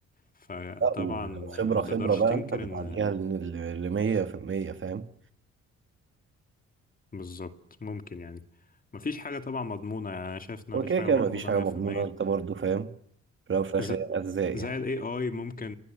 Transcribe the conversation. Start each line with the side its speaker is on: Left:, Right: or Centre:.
Left: فطبعا
Right: لا ولو خبره
Left: ما
Right: خبره
Left: تقدرش
Right: بقى
Left: تنكر
Right: انت بتعديها
Left: ان
Right: ل 100% فاهم
Left: بالظبط ممكن يعني مفيش حاجة طبعا مضمونة يعني أنا شايف إن
Right: هو
Left: مفيش
Right: كده
Left: حاجة
Right: كده
Left: مضمونة
Right: مفيش حاجه
Left: 100%
Right: مضمونه انت برضو فاهم في الاول وفي الاخر
Left: ز-
Right: هي ارزاق
Left: زي
Right: يعني
Left: ال AI ممكن